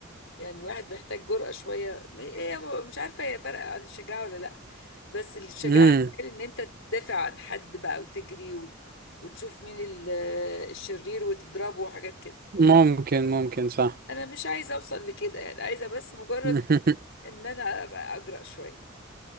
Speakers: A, on the left; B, on the right.
A: يعني واحد محتاج جرأة شويه م- هي م- مش عارفه هي فرق عن الشجاعه ولا لا بس الشجاعه
B: امم
A: بتقول ان انت تدافع عن حد بقى وتجري وت... وتشوف مين ال- آه، الشرير وتضربه وحاجات كده
B: ممكن ممكن صح
A: انا مش عايزه اوصل لكده يعني عايزه بس مجرد
B: <laughs>
A: ان انا ابقى اجرأ شويه